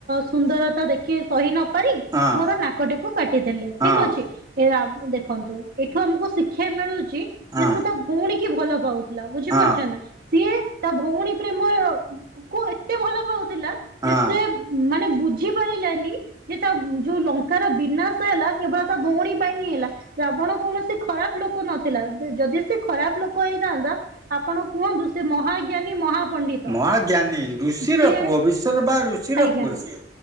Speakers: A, on the right; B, on the right.
A: ସୁନ୍ଦରତା ଦେଖି ସହି ନ କରି
B: ହଁ।
A: ମୋର ନାକଟିକୁ କାଟିଦେଲେ
B: ହଁ
A: ଠିକ ଅଛି ରାବ ଦେଖନ୍ତୁ ଏଠୁ ଆମକୁ ଶିକ୍ଷା ମିଳୁ କି
B: ହଁ
A: ଯେ ସେ ତା ଭଉଣୀ କି ଭଲ ପାଉଥିଲା ବୁଝିପାରୁଛ
B: ହଁ
A: ନା ସିଏ ତା ଭଉଣୀ ପ୍ରେମର କୁ ଏତେ ଭଲ ପାଉଥିଲା
B: ହଁ
A: ଯେ ସେ ମାନେ ବୁଝି ପାରିଲାନି ଯେ ତା ଯୋଉ ଲଙ୍କାର ବିନାଶ ହେଲା କେବଳ ତା ଭଉଣୀ ପାଇଁ ହିଁ ହେଲା ରା୍ରଣ କୌଣସି ଖରାପ ଲୋକ ନଥିଲା ଯଦି ସେ ଖରାପ ଲୋକ ହେଇଥାନ୍ତା ଆପଣ କୁହନ୍ତୁ ସେ ମହା ଜ୍ଞାନୀ ମହାପଣ୍ଡିତ
B: ମହାଜ୍ଞାନୀ ଋଷିର
A: ସିଏ
B: ପୁଅ ବିଶ୍ଵର ବା ଋଷିର
A: ଆଜ୍ଞା।
B: ପୁଅ ସିଏ।